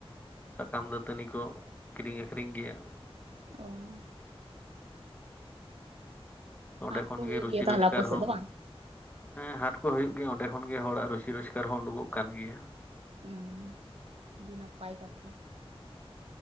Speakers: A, on the left; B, on the right.
A: ᱥᱟᱠᱟᱢ ᱫᱟᱹᱛᱟᱹᱱᱤ ᱠᱚ ᱠᱤᱨᱤᱧ ᱟᱹᱠᱷᱨᱤᱧ ᱜᱮᱭᱟ᱾
B: ᱚ <inaudible>
A: ᱱᱚᱸᱰᱮ
B: ᱦᱟᱴ
A: ᱠᱷᱚᱱᱜᱮ
B: ᱠᱚ ᱦᱩᱭᱩᱜ
A: ᱨᱩᱡᱤ
B: ᱜᱮᱭᱟ ᱛᱟᱦᱚᱞᱮ
A: ᱨᱚᱡᱜᱟᱨ
B: ᱟᱯᱮ ᱥᱮᱫ
A: ᱦᱚᱸ,
B: ᱫᱚ ᱵᱟᱝ?
A: ᱦᱮᱸ ᱦᱟᱴ ᱠᱚ ᱦᱩᱭᱩᱜ ᱜᱮᱭᱟ ᱚᱸᱰᱮ ᱠᱷᱚᱱ ᱜᱮ ᱦᱚᱲᱟᱜ ᱨᱩᱥᱤ ᱨᱚᱡᱠᱟᱨ ᱦᱚᱸ ᱩᱸᱰᱩᱠᱚᱜ ᱠᱟᱱ ᱜᱮᱭᱟ᱾
B: ᱦᱩᱸ ᱟᱸᱰᱤ ᱱᱟᱯᱟᱭ ᱠᱟᱛᱷᱟ᱾